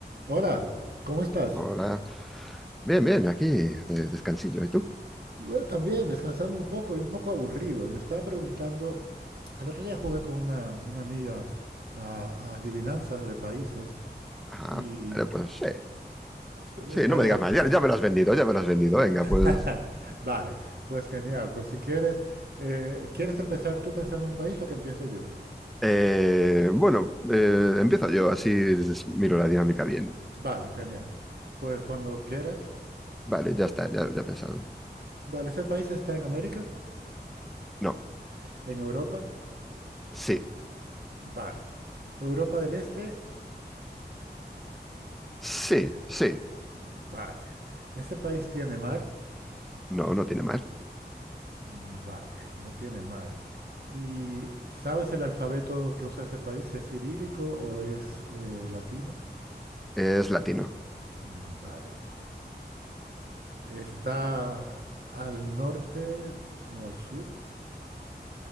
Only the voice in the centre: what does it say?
Hola. Bien, bien, aquí, eh, descansillo. ¿Y tú?
Ah,
vale,
pues sí. Sí,
no me digas
más. Ya, ya me lo has vendido, ya me lo has vendido. Venga,
pues.
eh, bueno, eh, empiezo yo, así des- miro la dinámica bien.
Vale, ya está, ya, ya he pensado.
No,
sí,
sí, sí.
No, no tiene más.
Es latino.